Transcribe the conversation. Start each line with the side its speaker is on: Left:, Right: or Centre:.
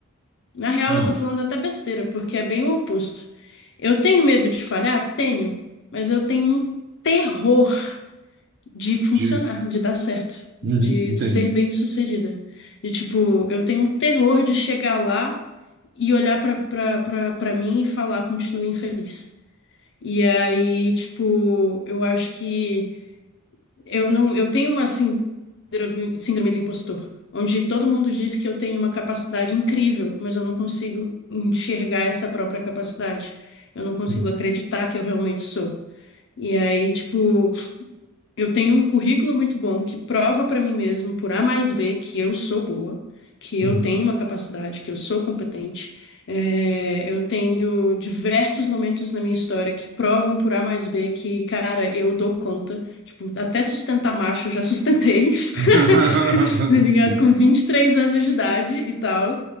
Left: Na real,
Right: Não.
Left: eu tô falando até besteira, porque é bem o oposto. Eu tenho medo de falhar? Tenho, mas eu tenho um terror de funcionar,
Right: De...
Left: de dar certo,
Right: Uhum,
Left: de
Right: entendo.
Left: ser bem-sucedida. De tipo, eu tenho um terror de chegar lá e olhar pra, pra, pra, pra mim e falar, continue infeliz. E aí, tipo, eu acho que eu não, eu tenho uma assim síndrome, síndrome do impostor, onde todo mundo diz que eu tenho uma capacidade incrível, mas eu não consigo enxergar essa própria capacidade. Eu não consigo
Right: Uhum,
Left: acreditar que eu realmente sou. E aí, tipo, eu tenho um currículo muito bom que prova para mim mesmo, por A mais B, que eu sou boa, que eu
Right: uhum.
Left: tenho uma capacidade, que eu sou competente. É, eu tenho diversos momentos na minha história que provam por A mais B que, cara, eu dou conta. Tipo, até sustentar macho eu já sustentei,
Right: <laughs>
Left: <laughs> tá ligado?
Right: Sim.
Left: Com 23 anos de idade e tal.